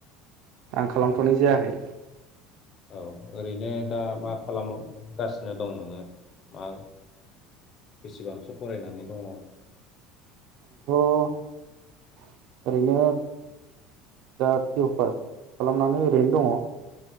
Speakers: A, on the right; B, on the left.
A: आं खालामथ'नाय
B: औ
A: जायाखै।
B: औ ओरैनो दा मा खालाम गासि नो दं नोङो मा बेसेबांसो फरायनानै दङ?
A: आंथ' ओरैनो दा पि अ पास खालामनानै ओरैनो दङ।